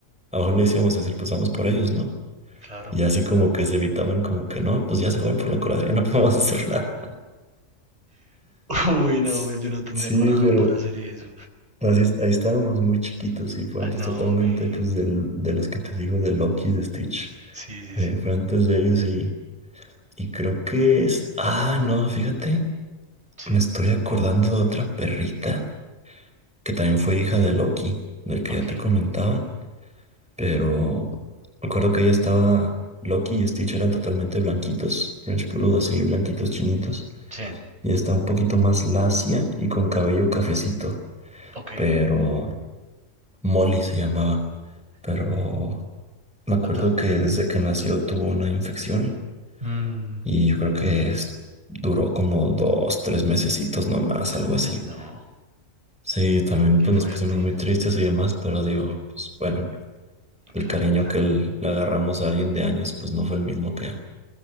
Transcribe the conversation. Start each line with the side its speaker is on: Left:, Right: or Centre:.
Centre: a lo mejor le decíamos decir, pues vamos por ellos, ¿no?
Right: Claro.
Centre: Y así como que se evitaban como que no, pues ya se fueron por la coladera, ya no podemos <laughs> hacer nada.
Right: <laughs> Uy, no,
Centre: S-
Right: men, yo no tendría
Centre: Sí,
Right: corazón
Centre: pero
Right: para hacer eso.
Centre: así, es- ahí estábamos muy chiquitos y fue
Right: Ah,
Centre: antes
Right: no,
Centre: totalmente
Right: men.
Centre: pues del, de los que te digo, de Loki de Stitch.
Right: Sí, sí,
Centre: Fue,
Right: sí.
Centre: fue antes de ellos y, y creo que es... Ah, no, fíjate.
Right: Sí.
Centre: Me estoy acordando de otra perrita que también fue hija de Loki, del que
Right: Ok.
Centre: ya te comentaba, pero recuerdo que ella estaba, Loki y Stitch eran totalmente blanquitos, French Poodle así, blanquitos chinitos,
Right: Sí.
Centre: y está un poquito más lacia y con cabello cafecito,
Right: Ok.
Centre: pero Molly se llamaba, pero me acuerdo
Right: Pata.
Centre: que desde que nació tuvo una infección
Right: Mm.
Centre: y yo creo que es- duró como dos, tres mesecitos nomás,
Right: Uy,
Centre: algo así.
Right: no.
Centre: Sí, también
Right: Qué
Centre: pues
Right: fuerte.
Centre: nos pusimos muy tristes y demás, pero digo, pues bueno, el
Right: Claro,
Centre: cariño
Right: claro.
Centre: que le le agarramos a alguien de años, pues no fue el mismo que,